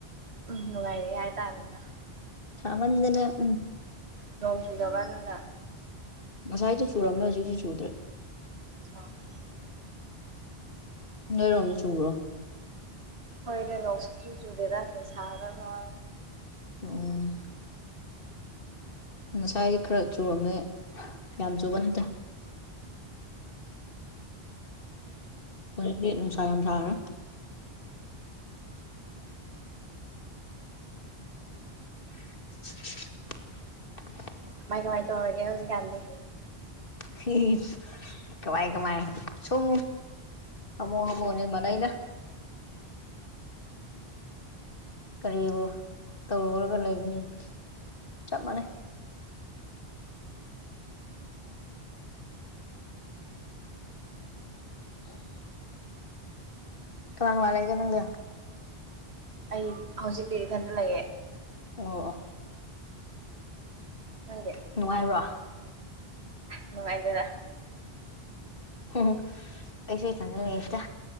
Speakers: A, on the right; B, on the left.
A: ꯎꯝ ꯅꯨꯡꯉꯥꯏꯔꯦ ꯍꯥꯏꯇꯥꯔꯦꯅꯦ
B: ꯃꯟꯗꯅ ꯎꯝ
A: ꯅꯣꯡ ꯆꯨꯖꯕꯅꯗꯥ
B: ꯉꯁꯥꯏꯗꯨꯣ ꯆꯨꯔꯝꯃꯦ ꯍꯧꯖꯤꯛꯁꯤ ꯆꯨꯗ꯭ꯔꯦ
A: ꯑ <unintelligible> <inaudible>
B: ꯅꯣꯏꯔꯣꯝꯗ ꯆꯕ꯭ꯔꯣ
A: ꯍꯣꯏꯗ ꯅꯣꯁꯨ ꯆꯨ ꯆꯨꯗꯦꯔ ꯁꯥꯔꯒ
B: ꯑꯣ ꯉꯁꯥꯏ ꯈꯔ ꯆꯨꯔꯝꯃꯦ ꯌꯥꯝ ꯆꯨꯕ ꯅꯠꯇꯦ ꯍꯗꯤ ꯅꯨꯡꯁꯥ ꯌꯥꯝ ꯁꯥ꯭ꯔ <unintelligible> <inaudible>
A: ꯀꯃꯥꯏ ꯀꯃꯥꯏ ꯇꯧꯔꯒꯦ ꯍꯧꯖꯤꯛꯀꯥꯟꯗꯤ
B: ꯁꯤ ꯀꯃꯥꯏ ꯀꯃꯥꯏ ꯁꯨꯝ ꯍꯕꯣ ꯍꯕꯣ ꯅꯅ ꯀꯔꯤꯕ ꯇꯧꯔꯨꯔꯒ ꯂꯩꯒꯅꯤ ꯆꯞ ꯃꯥꯟꯅꯩ ꯑ <unintelligible> <inaudible> ꯉ ꯂꯩꯒ ꯅꯪꯒ
A: ꯑꯩ ꯍꯧꯖꯤꯛꯇꯤ ꯏꯊꯟꯗ ꯂꯩꯑꯦ
B: ꯑꯣ
A: ꯅꯪꯗꯤ
B: ꯅꯨꯡꯉꯥꯏꯕ꯭ꯔꯣ
A: ꯅꯨꯡꯉꯥꯏꯖꯗ
B: ꯎꯝ ꯑꯩꯁꯨ ꯆ ꯂꯩꯠꯇ